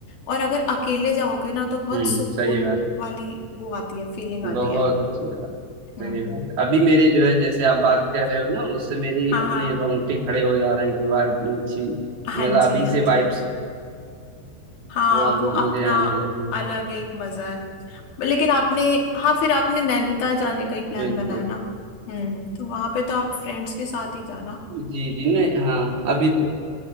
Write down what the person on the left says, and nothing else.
और अगर अकेले जाओगे ना तो बहुत
सुकून
वाली वो आती है फीलिंग आती
है
हम्म
हाँ
हाँ
हाँ
जी
हाँ
जी हाँ
वो
अपना
अलग एक मजा है लेकिन आपने हाँ फिर आपने नैनीताल जाने का ही प्लान
बनाया ना हम्म तो वहां पे तो आप फ्रेंड्स के साथ ही जाना